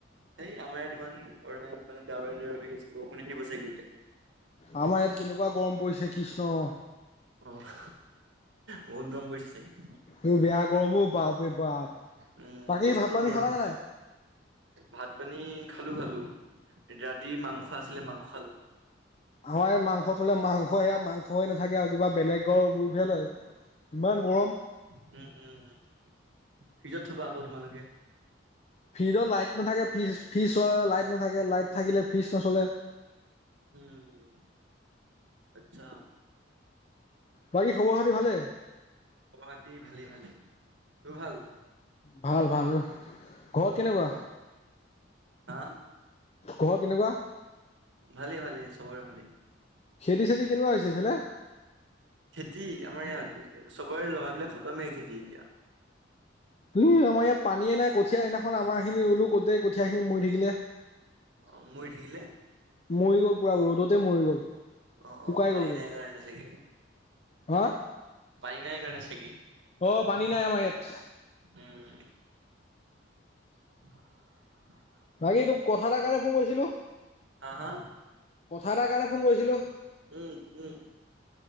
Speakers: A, on the right; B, on the left.
A: সেই আমাৰ ইয়াত ইমান পৰা নাই। মানে ডাৱৰ ডাৱৰে হৈ আছে বৰষুণে দিব চাগে এতিয়া।
B: আমাৰ ইয়াত কেনেকুৱা গৰম পৰিছে কৃষ্ণ
A: আহ বহুত গৰম পৰিছে চাগে?
B: এই বেয়া গৰম অ' বাপৰে বাপ।
A: উম',
B: বাকী
A: তেজপুৰত
B: ভাত পানী
A: গৰ
B: খালা নে নাই?
A: ভাত পানী খালো খালো ৰাতি মাংস আছিলে মাংস খালো।
B: আমাৰ ইয়াত মাংস থলে মাংস সেয়া মাংস হৈ নাথাকে আৰু কিবা বেলেগৰ ৰূপহে লয়। ইমান গৰম
A: উম উম উম', ফিজত থবা আকৌ তোমালোকে
B: ফিজত লাইট নাথাকে। ফিজ ফিজ চলালে লাইট নাথাকে লাইট থাকিলে ফিজ নচলে।
A: উম', আচ্ছা,
B: বাকী খবৰ খাতি ভালেই।
A: বাকী ভালে ভালে, তোৰ ভাল।
B: ভাল ভাল'। ঘৰত
A: উম',
B: কেনেকুৱা
A: হা
B: ঘৰত কেনেকুৱা?
A: ভালেই ভালেই সবৰে ভালেই।
B: খেতি চেতি কেনেকুৱা হৈছে এইফালে?
A: খেতি আমাৰ ইয়াত চবৰে লগাবিলাক খতমেই খেতি এতিয়া।
B: ই- আমাৰ ইয়াত পানীয়ে নাই, কঠীয়া সেইদিনাখন আমাৰ খিনি ৰুলো গোটেই কঠীয়া খিনি মৰি থাকিলে।
A: অ', মৰি থাকিলে?
B: মৰি গ'ল পুৰা, ৰ'দতে মৰি গ'ল।
A: অ',
B: শুকাই
A: অ', পানী
B: গ'লগে
A: নাই কাৰণে চাগে,
B: হা
A: পানী নাই কাৰণে চাগে।
B: অ', পানী নাই আমাৰ ইয়াত।
A: উম'। <inaudible>
B: বাকী তোক কথা এটাৰ কাৰণে ফোন কৰিছিলোঁ
A: হা, হা?
B: কথা এটাৰ কাৰণে ফোন কৰিছিলোঁ।
A: উম', উম'।